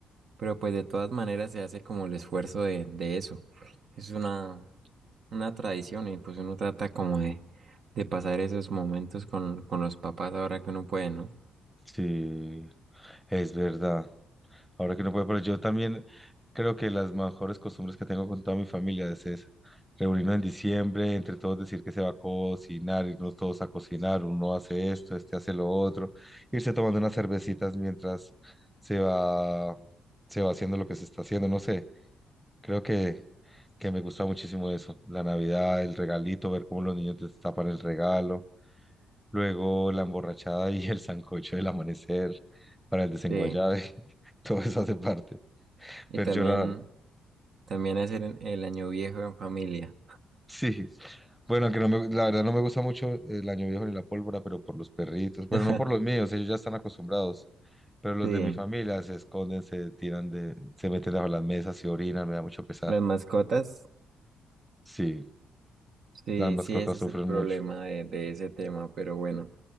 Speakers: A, on the right; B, in the centre.
A: pero pues de todas maneras se hace como el esfuerzo de, de eso. Es una, una tradición y pues uno trata como de, de pasar esos momentos con, con los papás ahora que uno puede, ¿no?
B: sí, es verdad. Ahora que no puedo, pero yo también creo que las mejores costumbres que tengo con toda mi familia es esa. Reunirnos en diciembre, entre todos decir que se va a cocinar, irnos todos a cocinar, uno hace esto, este hace lo otro, irse tomando unas cervecitas mientras se va, se va haciendo lo que se está haciendo, no sé. Creo que, que me gusta muchísimo eso. La Navidad, el regalito, ver cómo los niños destapan el regalo, luego la emborrachada y el <laughs> sancocho del amanecer para el desenguayabe,
A: Sí,
B: <laughs> todo eso hace parte.
A: y
B: Ver
A: también,
B: llorar.
A: también hacer en- el año viejo en familia.
B: Sí. Bueno, que no me, la verdad no me gusta mucho el año viejo ni la pólvora, pero por los perritos. Bueno,
A: <laughs>
B: no por los míos, ellos ya están acostumbrados. Pero los
A: Sí,
B: de mi familia se esconden, se tiran de, se meten bajo las mesas y orinan, me da mucho pesar.
A: las mascotas,
B: Sí,
A: sí,
B: las mascotas
A: sí, ese es
B: sufren
A: el problema
B: mucho.
A: de, de ese tema, pero bueno,